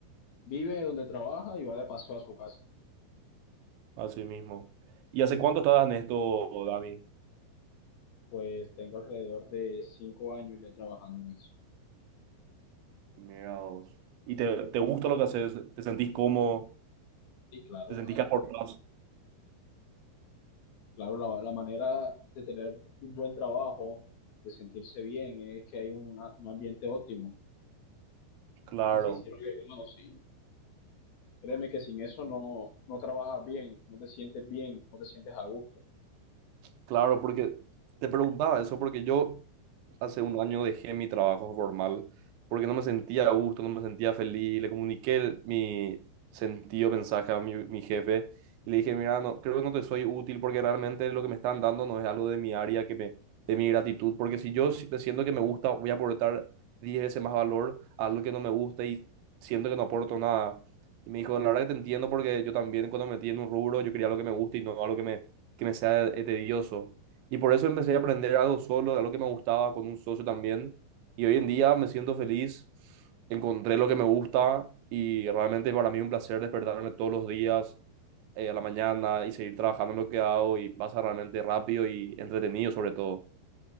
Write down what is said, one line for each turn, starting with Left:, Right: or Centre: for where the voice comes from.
Left: vive donde trabaja y va de paseo a su casa.
Right: Así mismo. ¿Y hace cuánto estás en esto, Dani?
Left: Pues tengo alrededor de cinco años ya trabajando en eso.
Right: Mira vos. ¿Y te, te gusta lo que haces? ¿Te sentís cómo?
Left: Y claro,
Right: ¿Te sentís
Left: claro.
Right: que aportás?
Left: Claro, la, la manera de tener un buen trabajo, de sentirse bien, es que hay una- un ambiente óptimo.
Right: Claro.
Left: Y Sí, Y yo sí. lo he logrado, sí. Créeme que sin eso no, no trabajas bien, no te sientes bien, no te sientes a gusto.
Right: Claro, porque te preguntaba eso, porque yo hace un año dejé mi trabajo formal, porque no me sentía a gusto, no me sentía feliz, le comuniqué el- mi sentido, mensaje a mi, mi jefe y le dije, mira, no, creo que no te soy útil porque realmente lo que me están dando no es algo de mi área, que me, de mi gratitud, porque si yo si- siento que me gusta, voy a aportar 10 veces más valor a algo que no me gusta y siento que no aporto nada. Y me dijo, la verdad que te entiendo porque yo también cuando me metí en un rubro, yo quería lo que me gusta y no algo que me que me sea eh, tedioso. Y por eso empecé a aprender algo solo, algo que me gustaba con un socio también. Y hoy en día me siento feliz, encontré lo que me gusta y realmente para mí es un placer despertarme todos los días eh, a la mañana y seguir trabajando en lo que hago y pasa realmente rápido y entretenido sobre todo.